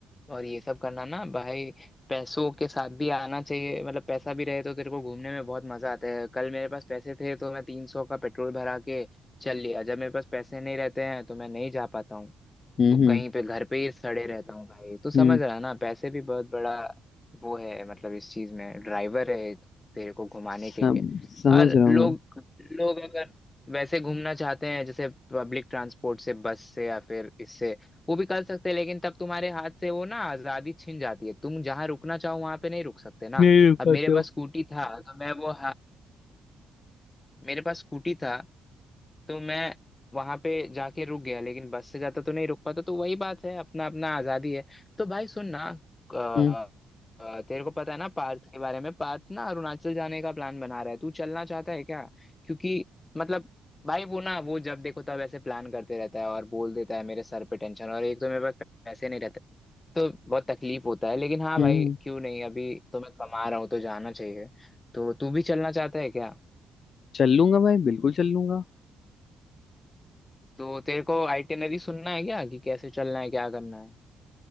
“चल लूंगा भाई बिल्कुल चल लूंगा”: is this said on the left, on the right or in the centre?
Left